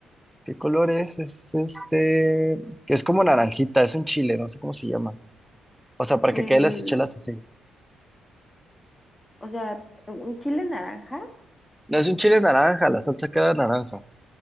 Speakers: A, in the centre; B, on the left.
A: ¿Qué color es? Es este, que es como naranjita, es un chile, no sé cómo se llama. O sea, para
B: El,
A: que quede las chelas así.
B: o sea, un chile naranja.
A: No es un chile naranja, la salsa queda naranja.